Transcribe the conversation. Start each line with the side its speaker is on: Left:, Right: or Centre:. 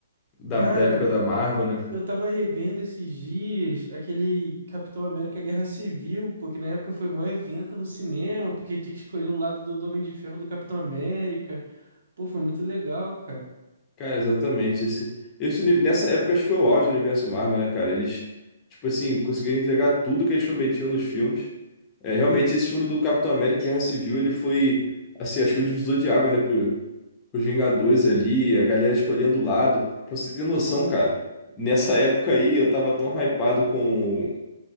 Left: da,
Right: Cara,
Left: da época da Marvel, né?
Right: eu tava revendo esses dias aquele Capitão América Guerra Civil, porque na época foi um evento no cinema, porque tinha que escolher o lado do do Homem de Ferro do Capitão América. Pô, foi muito legal, cara.
Left: Cara, exatamente. Esse, esse, uni- nessa época, acho que foi o auge do universo Marvel, né, cara? Eles, tipo assim, conseguiram entregar tudo que eles prometiam nos filmes. É, realmente,
Right: É.
Left: esse filme do Capitão América, Guerra Civil, ele foi, assim, acho que o divisor de água, né? os Vingadores ali, a galera escolhendo o lado. Pra você ter noção, cara, nessa época aí eu tava tão hypado com